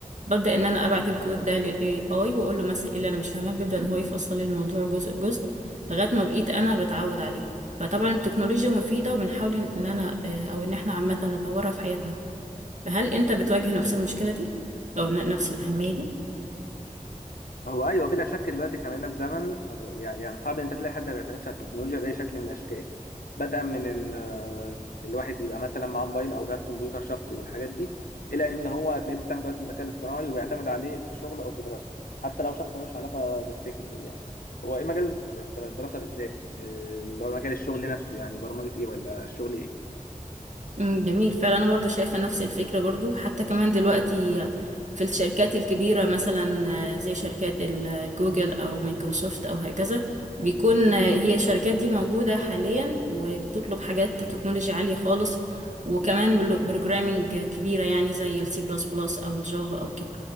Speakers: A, on the right; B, on the left.
A: ببدأ ان انا ابعت الكود ده للاي اي واقول له مثلا ايه اللي انا مش فاهماه بيبدأ ان هو يفصل لي الموضوع جزء بجزء لغاية ما بقيت انا بتعود عليه فطبعا التكنولوجيا مفيدة وبنحاول ان إن انا آه، او ان احنا عامة نطورها في حياتنا فهل انت بتواجه نفس المشكلة دي او ن- نفس الأهمية دي
B: هو ايوه بلا شك دلوقتي احنا بقينا في زمن آه، يعني يعني صعب ان انت تلاقي حد ما بيعتمدش على التكنولوجيا باي شكل من الاشكال بدءا من ان آه، الواحد يبقى مثلا معاه موبايل او جهاز كمبيوتر شخصي والحاجات دي الى ان هو هتلاقيه بيستعمل دلوقتي الذكاء الاصطناعي وبيعتمد عليه في شغله او في دراسته حتى لو شخص ملوش علاقه بالتكنولوجيا يعني هو ايه مجال الدراسه بالذات آه، اللي هو مجال الشغل نفسه يعني برمجه ايه ولا الشغل ايه
A: امم جميل فعلا انا برضو شايفه نفس الفكره برضو حتى كمان دلوقتي في الشركات الكبيره مثلا آه، زي شركات ال- آه، جوجل او مايكروسوفت او هكذا بيكون آه، هي الشركات دي موجوده حاليا وبتطلب حاجات تكنولوجيا عاليه خالص وكمان بروجرامينج كبيره يعني زي السي بلس بلس او الجافا او كده